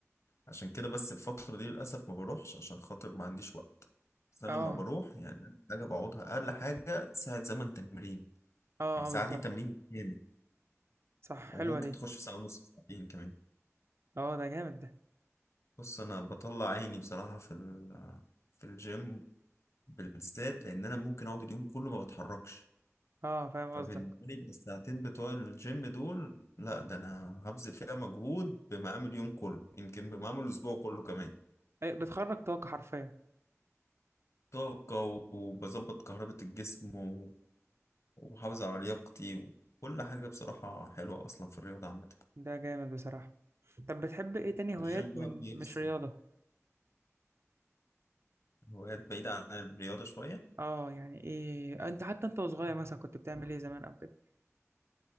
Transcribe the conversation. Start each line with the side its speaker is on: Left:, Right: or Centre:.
Left: عشان كده بس الفترة دي للأسف ما بروحش عشان خاطر ما عنديش وقت بس أنا
Right: اه
Left: لما بروح يعني أقل حاجة بقعدها أقل حاجة ساعة زمن تمرين
Right: اه
Left: يعني
Right: اه
Left: ساعة
Right: بالظبط
Left: دي تمرين كامل
Right: صح
Left: وممكن
Right: حلوه دي
Left: تخش في ساعة ونص ساعتين كمان
Right: اه ده جامد ده
Left: بص انا بطلع عيني بصراحه في ال- في الجيم بالذات لان انا ممكن اقعد اليوم كله ما بتحركش
Right: اه فاهم
Left: فبالنسبه
Right: قصدك
Left: لي الساعتين بتوع الجيم دول لا ده انا هبذل فيها مجهود بمقام اليوم كله يمكن بمقام الاسبوع كله كمان
Right: أي بتخرج طاقه حرفيا
Left: طاقه و- وبظبط كهربة الجسم و- وبحافظ على لياقتي وكل حاجه بصراحه حلوه اصلا في الرياضه عامه
Right: ده جامد بصراحه طب بتحب ايه تاني هوايات
Left: الجيم بقى
Right: من
Left: بيرسم
Right: مش رياضه
Left: هوايات بعيده عن الرياضه شويه
Right: اه يعني ايه انت حتى انت وصغير مثلا كنت بتعمل ايه زمان او كده